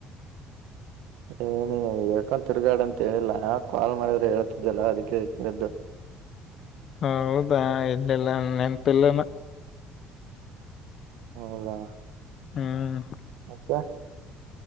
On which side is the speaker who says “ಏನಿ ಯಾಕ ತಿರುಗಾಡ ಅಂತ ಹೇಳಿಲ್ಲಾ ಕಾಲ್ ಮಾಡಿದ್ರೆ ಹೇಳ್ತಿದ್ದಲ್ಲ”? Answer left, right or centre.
Right